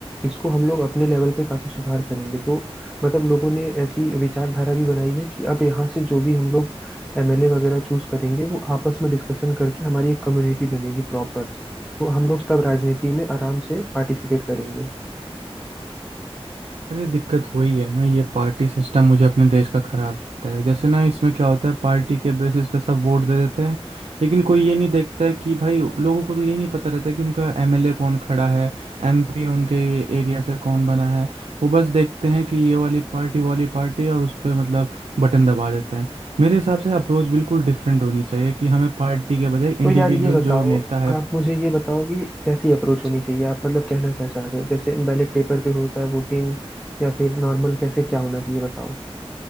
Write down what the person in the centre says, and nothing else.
इसको हम लोग अपने लेवल पे काफी सुधार करेंगे तो मतलब लोगों ने ऐसी विचारधारा भी बनाई है कि अब यहाँ से जो भी हम लोग एमएलए वगैरह चूज करेंगे वो आपस में डिस्कशन करके हमारी एक कम्युनिटी बनेगी प्रॉपर तो हम लोग तब राजनीति में आराम से पार्टिसिपेट करेंगे
तो यार ये बताओ
आप मुझे ये बताओ कि कैसी अप्रोच होनी चाहिए आप मतलब कहना क्या चाह रहे हो जैसे बैलेट पेपर पे होता है वोटिंग या फिर नॉर्मल कैसे क्या होना चाहिए बताओ